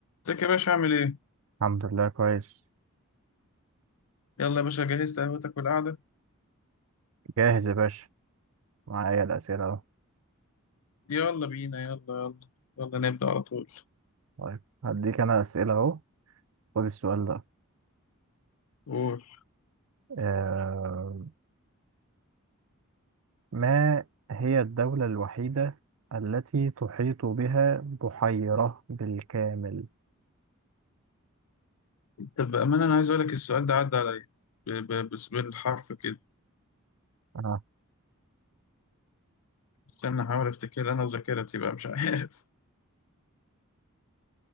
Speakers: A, on the left; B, on the right.
A: ازيك يا باشا عامل ايه؟
B: الحمد لله كويس
A: يلا يا باشا جهزت قهوتك والقعدة
B: جاهز يا باشا معايا الأسئلة أهو
A: يلا بينا يلا يلا يلا نبدأ على طول
B: طيب هديك أنا أسئلة أهو خد السؤال ده
A: قول
B: آه ما هي الدولة الوحيدة التي تحيط بها بحيرة بالكامل
A: طب بأمانة أنا عايز أقول لك السؤال ده عدى عليا ب- ب- بس بالحرف كده
B: آه.
A: استنى أحاول أفتكر أنا وذاكرتي بقى مش عارف